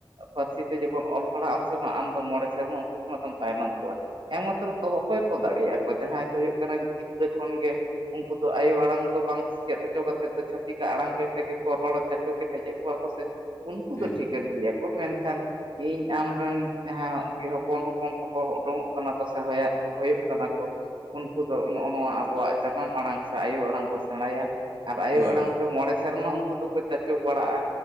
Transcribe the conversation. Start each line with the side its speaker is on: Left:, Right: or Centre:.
Right: ᱯᱟᱹᱨᱥᱤ ᱛᱮ ᱡᱚᱠᱷᱚᱱ ᱚᱞ ᱯᱟᱲᱦᱟᱜ ᱟᱢ ᱥᱮ ᱵᱟᱝ ᱟᱢ ᱫᱚ ᱢᱚᱬᱮ ᱥᱮᱨᱢᱟ ᱩᱱᱠᱩ ᱠᱷᱚᱱᱟᱜ ᱫᱚᱢᱼᱼ ᱛᱟᱭᱱᱚᱢ ᱠᱚᱣᱟ ᱮᱠᱢᱟᱛᱨᱚ ᱛᱚ ᱚᱠᱚᱚᱭ ᱠᱚ ᱫᱟᱲᱮᱭᱟᱜᱼᱟ ᱠᱚ ᱡᱟᱦᱟᱸᱭ ᱫᱚ ᱦᱩᱭᱩᱜ ᱠᱟᱱᱟ ᱜᱤᱫᱽᱨᱟᱹ ᱠᱷᱚᱱ ᱜᱮᱼᱼ ᱩᱱᱠᱩ ᱫᱚ ᱟᱭᱳ ᱟᱲᱟᱝ ᱫᱚ ᱵᱟᱝ ᱥᱮ ᱪᱮᱫ ᱦᱚᱪᱚ ᱠᱟᱛᱮᱮᱫ ᱫᱚ ᱪᱷᱟᱛᱤᱠ ᱪᱤᱠᱟ ᱟᱲᱟᱝ ᱠᱟᱛᱮ ᱜᱮ ᱠᱚ ᱨᱚᱲ ᱪᱟᱪᱚ ᱠᱮᱴᱮᱡᱮᱫ ᱠᱚᱣᱟ ᱠᱚ ᱥᱮ ᱩᱱᱠᱩ
Left: ᱦᱩᱸ
Right: ᱫᱚ ᱴᱷᱤᱠᱟᱹᱱ ᱜᱮᱭᱟ ᱠᱚ, ᱢᱮᱱᱠᱷᱟᱱ ᱤᱧ ᱟᱢ ᱨᱮᱱ ᱡᱟᱦᱟᱸ ᱜᱮ ᱦᱚᱯᱚᱱ ᱦᱚᱯᱚᱱ ᱠᱚᱠᱚ ᱩᱰᱩᱝᱚᱜ ᱠᱟᱱᱟ ᱠᱚ ᱥᱮ, ᱦᱚᱭᱟᱜ ᱦᱩᱭᱩᱜ ᱠᱟᱱᱟ ᱠᱚ, ᱩᱱᱠᱩ ᱫᱚ ᱱᱚᱜᱼᱚ ᱱᱚᱣᱟ ᱟᱵᱚᱣᱟᱜ ᱡᱟᱱᱟᱢ ᱟᱲᱟᱝ ᱥᱮ ᱟᱭᱳ ᱟᱲᱟᱝ ᱠᱚ ᱥᱮᱬᱟᱭᱟ᱾ ᱟᱨ ᱟᱭᱳ
Left: ᱦᱩᱸ
Right: ᱟᱲᱟᱝ
Left: ᱦᱩᱸ
Right: ᱛᱮ ᱢᱚᱬᱮ ᱥᱮᱨᱢᱟ ᱩᱱᱠᱩ ᱫᱚᱠᱚ ᱪᱟᱪᱚ ᱵᱟᱲᱟᱜᱼᱟ᱾